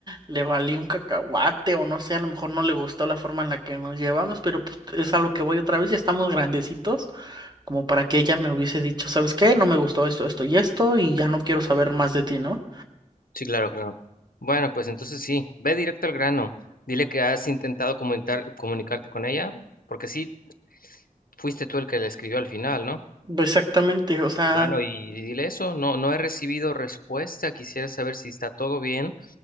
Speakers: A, on the right; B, on the left.
A: le valí un cacahuate o no sé, a lo mejor no le gustó la forma en la que nos llevamos, pero pues es a lo que voy otra vez, ya estamos grandecitos, como para que ella me hubiese dicho, ¿sabes qué? No me gustó esto, esto y esto, y ya no quiero saber más de ti, ¿no?
B: sí, claro, claro. Bueno, pues entonces sí, ve directo al grano. Dile que has intentado comunicar, comunicarte con ella, porque sí, fuiste tú el que le escribió al final, ¿no?
A: Exactamente, o sea,
B: Bueno, y dile eso, no, no he recibido respuesta, quisiera saber si está todo bien,